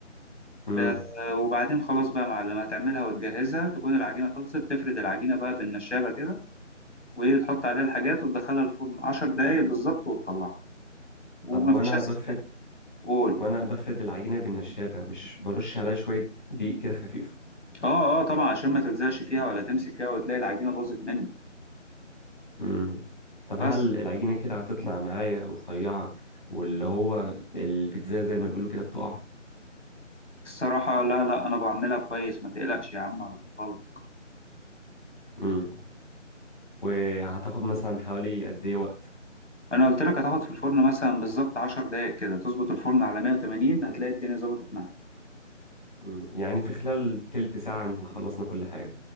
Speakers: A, on the left (about 40°); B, on the left (about 65°).
A: امم
B: ب- وبعدين خلاص بقى يا معلم هتعملها وتجهزها تكون العجينة خلصت تفرد العجينة بقى بالنشابة كده وتحط عليها الحاجات وتدخلها الفرن عشر دقايق بالظبط وتطلعها ومفيش
A: طب وأنا
B: أسهل
A: بفرد
B: قول
A: وأنا بفرد العجينة بالنشابة مش برش عليها شوية دقيق كده خفيف
B: اه اه طبعا عشان ما تلزقش فيها ولا تمسك فيها وتلاقي العجينة باظت منك
A: امم طب
B: بس
A: هل العجينة كده هتطلع معايا رفيعة واللي هو البيتزا زي ما بيقولوا كده بتقع
B: الصراحة لا لا أنا بعملها كويس ما تقلقش يا عم هظبطها لك
A: امم وهتاخد مثلا حوالي قد ايه وقت
B: انا قلت لك هتاخد في الفرن مثلا بالظبط 10 دقائق كده تظبط الفرن على 180 هتلاقي الدنيا ظبطت معاك
A: مم. يعني في خلال تلت ساعة نكون خلصنا كل حاجة